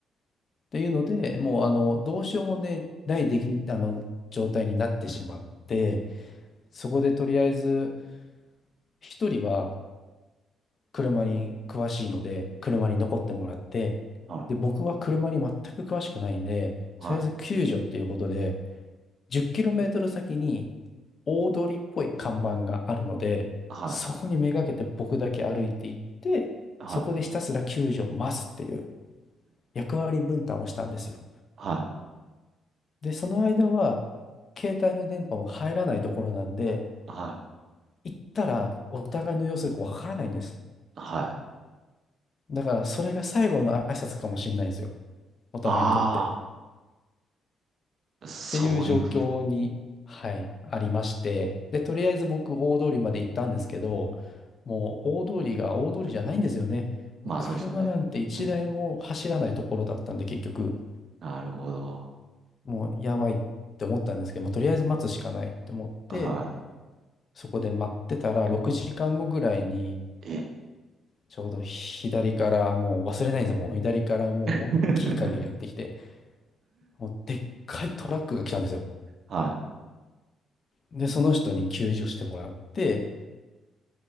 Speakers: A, on the left; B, on the right.
A: っていうので、もうあの、どうしようもね、ないでき、あの、状態になってしまって、そこでとりあえず、一人は車に詳しいので、車に残ってもらって、
B: はい。
A: で、僕は車に全く詳しくないんで、
B: はい。
A: とりあえず救助っていうことで、10キロメートル先に大通りっぽい看板があるので、
B: はい。
A: そこにめがけて僕だけ歩いていって、
B: はい。
A: そこでひたすら救助を待つっていう役割分担をしたんですよ。
B: はい。
A: で、その間は、携帯の電波も入らないところなんで、
B: は
A: 行ったらお互いの様子がわからないんです。
B: い。はい。
A: だから、それが最後の挨拶かもしれないんですよ。お互いにとって。
B: あ
A: っ
B: あ、そういう、
A: ていう状況に、はい、ありまして。で、とりあえず僕、大通りまで行ったんですけど、もう大通りが大通りじゃないんですよね。
B: まあそうですよね。
A: もう車なんて一台も走らないところだったんで、
B: <laughs>
A: 結局、
B: なるほど。
A: もうやばいって思ったんですけど、もうとりあえず待つしかないって思って、
B: は
A: そこで待ってたら、6時間後ぐらいに、
B: い。え、
A: ちょうど左から、もう忘れないんですよ、もう左からもう大きい影がやってきて、
B: <laughs>
A: もうでっかいトラックが来たんですよ。
B: はい。は
A: で、その人に救助してもらって、